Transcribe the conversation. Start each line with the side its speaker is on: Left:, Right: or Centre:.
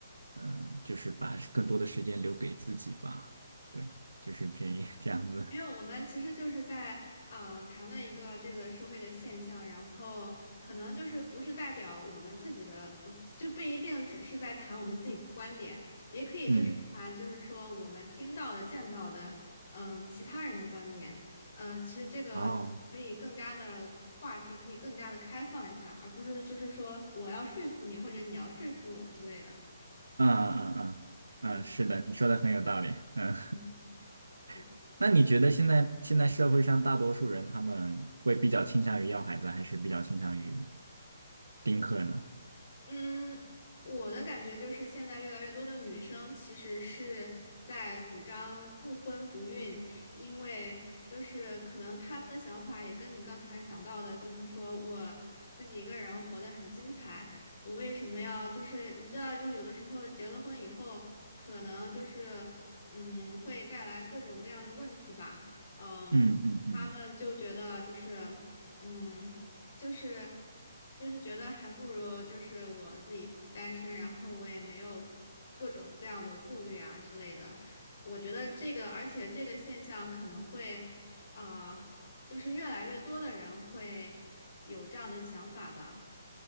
Right: 嗯，就是把更多的时间留给自己吧。对，就是这 <laughs> 这样子。
Left: 没有，我们其实就是在呃谈论一个这个社会的现象，然后可能就是不是代表我们自己的，呃就不一定只是在谈我们自己的观点，也可以就是谈就是说我们听到的、
Right: 嗯，
Left: 见到的，嗯，其他人的观点，嗯、其实这个就可以更加的话题可以更加的开放一下，
Right: 哦，
Left: 而不是就是说我要说服你或者你要说服我之类的，
Right: 嗯嗯嗯嗯，
Left: 嗯
Right: 是的，你说的很有道理。嗯，
Left: 嗯，对。
Right: <laughs> 那你觉得现在现在社会上大多数人他们会比较倾向于要孩子，还是比较倾向于丁克呢？
Left: 嗯，我的感觉就是现在越来越多的女生其实是在主张不婚不孕，因为就是可能她们的想法也跟你刚才讲到的，就是说我自己一个人活得很精彩，我为什么要就是你知道，就是有的时候结了婚以后，可能就是嗯会带来各种各样的问题吧，嗯，
Right: 嗯嗯嗯。
Left: 他们就觉得就是。嗯，就是就是觉得还不如就是我自己单身，然后我也没有各种各样的顾虑啊之类的。我觉得这个，而且这个现象可能会啊、呃就是越来越多的人会有这样的想法吧。